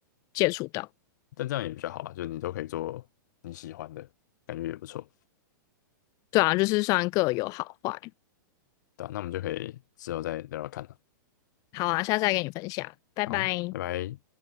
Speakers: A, on the left; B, on the left.
A: 接触到，
B: 但这样也比较好啊，就是你都可以做你喜欢的，感觉也不错。
A: 对啊，就是算各有好坏。
B: 对啊，那我们就可以之后再聊聊看了。
A: 好啊，下次再跟你分享，拜拜。
B: 好，拜拜。